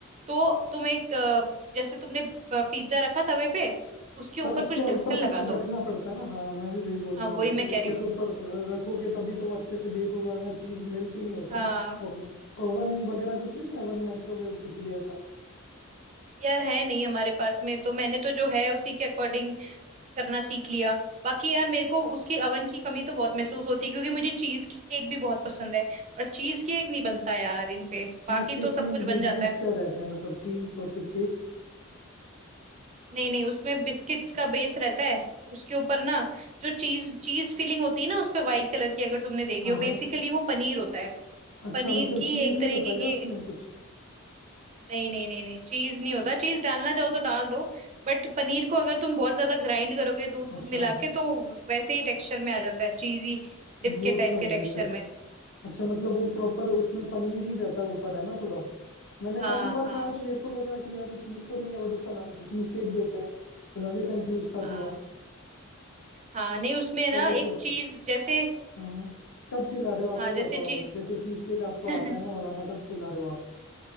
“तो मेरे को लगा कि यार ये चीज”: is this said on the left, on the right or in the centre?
Left